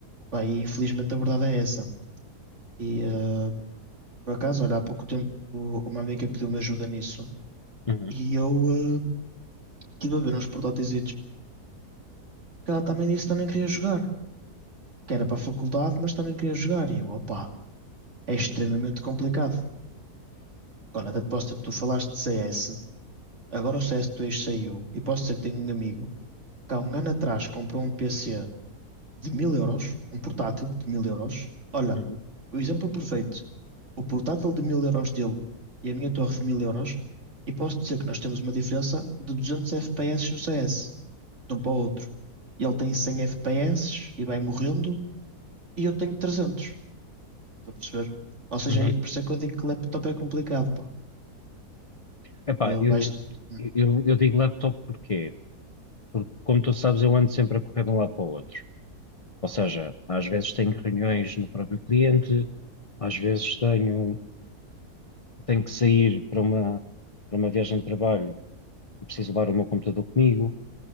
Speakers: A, on the right; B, on the left.
A: Pá, e infelizmente a verdade é essa. E ah, por acaso, olha, há pouco tempo uma amiga pediu-me ajuda nisso.
B: uhum,
A: E eu ah, estive a ver uns portáteis, que ela também disse que também queria jogar, que era para a faculdade, mas também queria jogar. E eu, opá, é extremamente complicado. Agora, até te posso dizer, tu falaste de CS, agora o CS2 saiu, e posso dizer que tenho um amigo que há um ano atrás comprou um PC de mil euros, um portátil de mil euros. Olha,
B: uhum,
A: o exemplo perfeito, o portátil de mil euros dele e a minha torre de mil euros, e posso dizer que nós temos uma diferença de 200 FPS no CS, de um para o outro. E ele tem 100 FPS e vai morrendo e eu tenho 300. Estás a perceber? Ou seja,
B: uhum.
A: é- por isso é que eu digo que laptop é complicado, pá.
B: Epá,
A: Que
B: eu,
A: vais... Hum,
B: eu, eu digo laptop porque, como tu sabes, eu ando sempre a correr de um lado para o outro. Ou seja, às vezes tenho reuniões no próprio cliente, às vezes tenho, tenho que sair para uma, para uma viagem de trabalho eu preciso levar o meu computador comigo